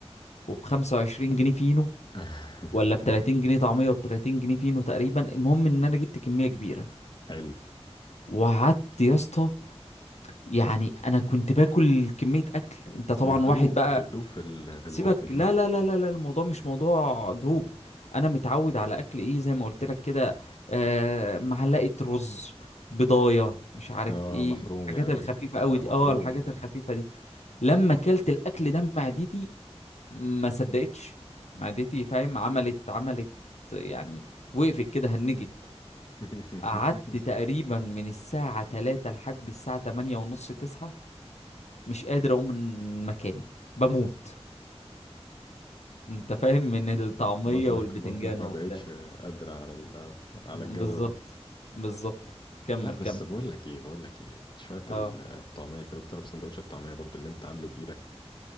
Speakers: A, on the left; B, on the left.
A: وبخمسة وعشرين جنيه فينو
B: <laughs>
A: ولا بتلاتين جنيه طعمية وبتلاتين جنيه فينو تقريبا المهم ان انا جبت كمية كبيرة
B: حلو
A: وقعدت يا اسطى يعني انا كنت باكل كمية اكل انت طبعا
B: بتدوب
A: واحد بقى
B: بتدوب في ال... في
A: سيبك
B: البق دي
A: لا لا لا لا لا الموضوع مش موضوع دوب انا متعود على اكل ايه زي ما قلت لك كده آه معلقه رز بضايه مش عارف
B: اه
A: ايه
B: محروم
A: الحاجات
B: يا عيني
A: والله الخفيفه قوي
B: آه
A: دي
B: محروم
A: اه الحاجات الخفيفه دي لما كلت الاكل ده معدتي ما صدقتش معدتي فاهم عملت عملت يعني وقفت كده هنجت
B: <laughs>
A: قعدت تقريبا من الساعه 3 لحد الساعه 8 ونص 9 مش قادر اقوم من مكاني بموت انت فاهم من الطعمية
B: بطنك
A: والبتنجان
B: بطنك ما
A: وبتاع
B: بقتش قادرة على ال... على
A: بالظبط
B: الجو ده
A: بالظبط كمل
B: لا بس
A: كمل
B: بقول لك ايه بقول لك ايه شوية
A: اه
B: الطعمية كده تضرب سندوتش الطعمية برضو اللي انت عامله بإيدك